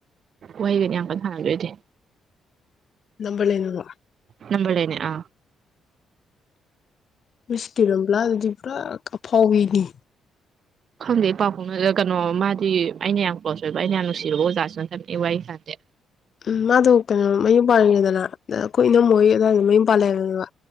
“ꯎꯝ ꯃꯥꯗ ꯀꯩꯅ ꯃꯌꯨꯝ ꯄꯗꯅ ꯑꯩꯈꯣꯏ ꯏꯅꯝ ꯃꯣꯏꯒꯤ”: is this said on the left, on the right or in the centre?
Left